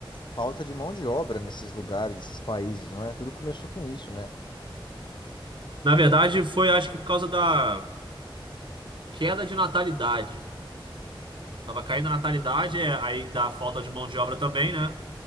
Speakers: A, on the left; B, on the right.
A: falta de mão de obra nesses lugares, nesses países, não é? Tudo começou com isso, né?
B: Na verdade, foi acho que por causa da queda de natalidade. Tava caindo a natalidade, é, aí da falta de mão de obra também, né?